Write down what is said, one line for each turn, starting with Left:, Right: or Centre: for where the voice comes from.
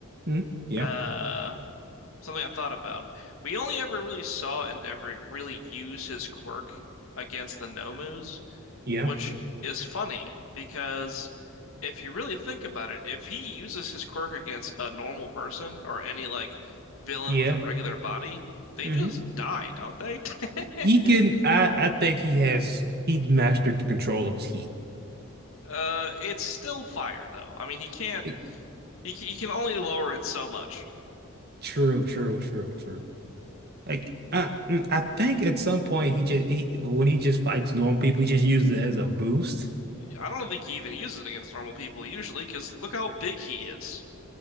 Right: Mm, yeah.
Left: Uh, something I thought about. We only ever really saw Endeavor really use his quirk against the Nomus,
Right: Yeah.
Left: which is funny because if you really think about it, if he uses his quirk against a normal person or any like villain
Right: Yeah.
Left: with a regular body, they
Right: hmm
Left: just die, don't they?
Right: He
Left: <laughs>
Right: can I I think he has he's mastered the control of his heat.
Left: Uh, it's still fire though. I mean, he can't.
Right: It-
Left: He he can only lower it so much.
Right: true, true, true, true. Like I mm, I think at some point he just he when he just fights normal people, he just uses it as a boost.
Left: I don't think he even uses it against normal people usually, because look how big he is.